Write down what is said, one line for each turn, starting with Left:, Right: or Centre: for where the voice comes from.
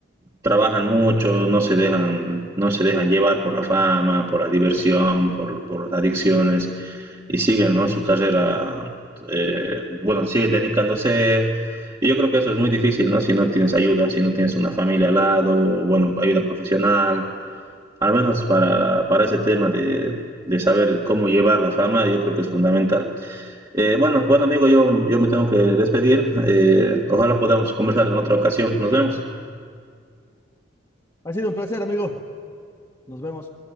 Right: trabajan mucho, no se dejan, no se dejan llevar por la fama, por la diversión, por, por las adicciones y siguen ¿no? su carrera, eh, bueno, siguen dedicándose. Y yo creo que eso es muy difícil, ¿no? Si no tienes ayuda, si no tienes una familia al lado, bueno, ayuda profesional, al menos para, para ese tema de, de saber cómo llevar la fama, yo creo que es fundamental. Eh, bueno, bueno amigo, yo, yo me tengo que despedir. Eh, ojalá podamos conversar en otra ocasión. Nos vemos.
Left: Ha sido un placer, amigo. Nos vemos.